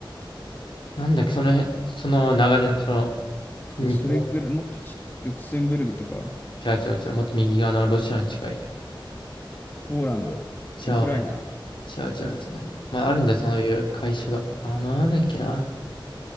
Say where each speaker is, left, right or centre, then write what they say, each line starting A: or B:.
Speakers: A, on the left; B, on the left.
A: なんだっけ、その辺、その流れの、その、に
B: で、それぐらい、もっとち、ルクセンブルグとか、
A: 違う違う違う、もっと右側のロシアに近い。
B: ポーランド、
A: じゃあ
B: ウクライナ、
A: 違う違う違う。まあ、あるんだよ、そういう会社が。あの、なんだっけな。